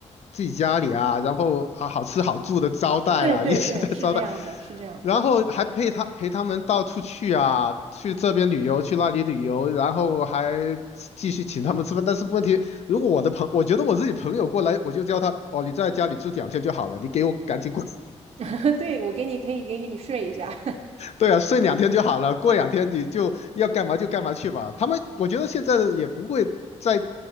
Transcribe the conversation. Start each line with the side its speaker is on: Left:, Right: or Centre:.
Left: 自己家里啊，然后啊好吃好住的招待啊，
Right: <laughs> 对对对，
Left: <laughs> 一直在招待，
Right: 是这样的，是这样。
Left: 然后还陪他陪他们到处去啊，去这边旅游，去那里旅游，然后还继续请他们吃饭。但是问题，如果我的朋，我觉得我自己朋友过来，我就叫他哦，你在家里住两天就好了，你给我赶紧滚。
Right: <laughs> 对，我给你可以给给你睡一下。
Left: <laughs> 对啊，睡两天就好了，过两天你就要干嘛就干嘛去吧。他们我觉得现在也不会在